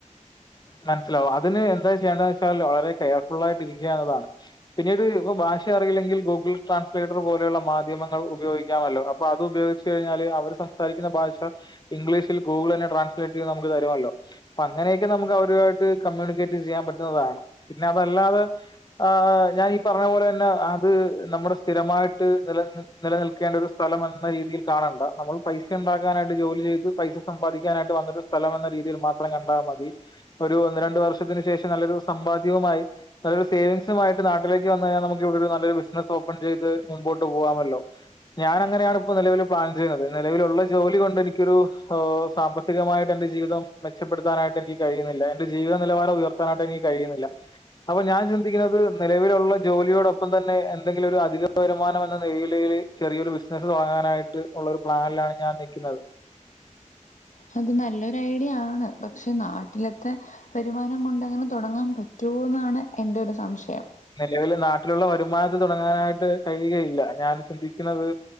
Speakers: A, on the left; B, on the left.
A: മനസ്സിലാവും അതിന് എന്താ ചെയ്യേണ്ട വെച്ചാൽ വളരെ കെയർഫുളായിട്ട് ഇരിക്കാന്നതാണ് പിന്നീട് ഇപ്പ ഭാഷ അറിയില്ലെങ്കിൽ ഗൂഗിൾ ട്രാൻസ്ലേറ്റർ പോലുള്ള മാധ്യമങ്ങൾ ഉപയോഗിക്കാമല്ലേ അപ്പ അതുപയോഗി ഗിച്ച് കഴിഞ്ഞാല് അവര് സംസാരിക്കുന്ന ഭാഷ ഇംഗ്ലീഷിൽ ഗൂഗിൾ തന്നെ ട്രാൻസ്ലേറ്റ് ചെയ്ത് നമുക്ക് തരുമല്ലോ അപ്പൊ അങ്ങനെയൊക്കെ നമക്ക് അവരുമായിട്ട് കമ്മ്യൂണിക്കേറ്റ് ചെയ്യാൻ പറ്റുന്നതാണ് പിന്നെ അതല്ലാതെ ആഹ് ഞാൻ ഈ പറഞ്ഞ പോലെ തന്നെ അത് നമ്മുടെ സ്ഥിരമായിട്ട് നിലനിന്ന് നിലനിൽക്കേണ്ട ഒരു സ്ഥലം എന്ന രീതിയിൽ കാണണ്ട നമ്മൾ പൈസ ഉണ്ടാക്കാനായിട്ട് ജോലി ചെയ്ത് പൈസ സമ്പാദിക്കാനായിട്ട് വന്നൊരു സ്ഥലം എന്ന രീതിയിൽ മാത്രം കണ്ടാൽ മതി ഒരു ഒന്ന് രണ്ട വർഷത്തിന് ശേഷം നല്ലൊരു സമ്പാദ്യവുമായി നല്ലൊരു സേവിങ്സുമായിട്ട് നാട്ടിലേക്ക് വന്ന് കഴിഞ്ഞാ നമുക്ക് ഇവിടെ നല്ലരു ബിസിനസ് ഓപ്പൺ ചെയ്ത് മുന്നോട്ട് പോകാമല്ലോ ഞാൻ അങ്ങനെയാണ് ഇപ്പോ നിലവിൽ പ്ലാൻ ചെയ്യുന്നത് നിലവിലുള്ള ജോലി കൊണ്ട് എനിക്കൊരു സാമ്പ സാമ്പത്തികമായിട്ട് എന്റെ ജീവിതം മെച്ചപ്പെടുത്താനായിട്ട്നിക്ക് കഴിയുന്നില്ല എന്റെ ജീവിത നിലവാരം ഉയർത്താനായിട്ട് എനിക്ക് കഴിയുന്നില്ല അപ്പൊ ഞാൻ ചിന്തിക്കുന്നത് നിലവിലുള്ള ജോലിയോടൊപ്പം തന്നെ എന്തെങ്കിലും ഒരു അധിക വരുമാനം എന്ന നിലയില് ചെറിയൊരു ബിസിനസ്സ് തുടങ്ങാനായിട്ട് ഉള്ള ഒരു പ്ലാനിലാണ് ഞാൻ നിൽക്കുന്നത്
B: അത് നല്ലൊരു ഐഡിയ ആണ് പക്ഷെ നാട്ടിലത്തെ വരുമാനം കൊണ്ട്ങ്ങനെ തുടങ്ങാൻ പറ്റൊ എന്നാണ് എന്റെ ഒരു സംശയം
A: നിലവിൽ നാട്ടിലുള്ള വരുമാനത്ത് തുടങ്ങാനായിട്ട് കഴിയുകയില്ല ഞാൻ ചിന്തിക്കുന്നത്